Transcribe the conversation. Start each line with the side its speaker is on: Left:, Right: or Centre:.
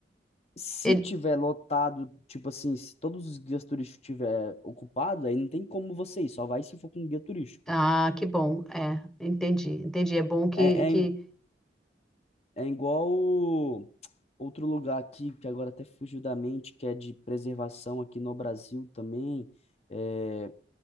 Left: Se
Centre: Ele-
Left: tiver lotado, tipo assim, se todos os guias turísticos tiver ocupado, aí não tem como você ir, só vai se for com um guia turístico.
Centre: Ah, que bom. É, entendi, entendi. É bom que,
Left: É,
Centre: que...
Left: é, é igual o- outro lugar aqui, que agora até fugiu da mente, que é de preservação aqui no Brasil também. É,